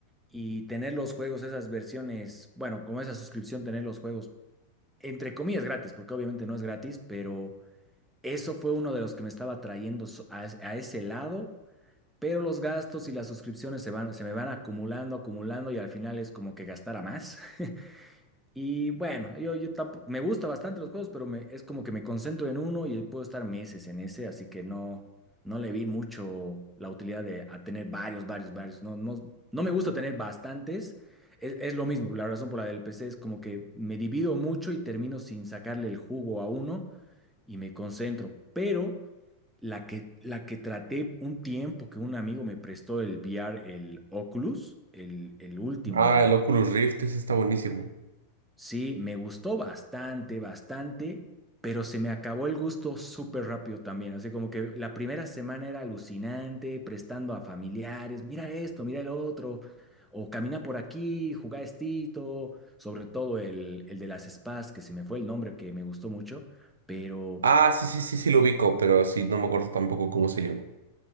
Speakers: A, in the centre; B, on the right.
A: y tener los juegos, esas versiones, bueno, como esa suscripción, tener los juegos, entre comillas, gratis, porque obviamente no es gratis, pero eso fue uno de los que me estaba atrayendo so- a, es- a ese lado. Pero los gastos y las suscripciones se van, se me van acumulando, acumulando y al final es como que gastara más. <laughs> Y bueno, yo, yo tampo- me gusta bastante los juegos, pero me, es como que me concentro en uno y puedo estar meses en ese, así que no, no le vi mucho la utilidad de a tener varios, varios, varios. No, no, no me gusta tener bastantes. Es, es lo mismo, la razón por la del PC es como que me divido mucho y termino sin sacarle el jugo a uno y me concentro. Pero la que, la que traté un tiempo que un amigo me prestó el VR, el Oculus, el, el último,
B: Ah, el Oculus Rift, ese está buenísimo.
A: Sí, me gustó bastante, bastante, pero se me acabó el gusto súper rápido también. Así como que la primera semana era alucinante, prestando a familiares, mira esto, mira el otro, o camina por aquí, juega estito, sobre todo el, el de las spas, que se me fue el nombre, que me gustó mucho, pero...
B: Ah, sí, sí, sí, sí lo ubico, pero sí, no me acuerdo tampoco cómo se llama.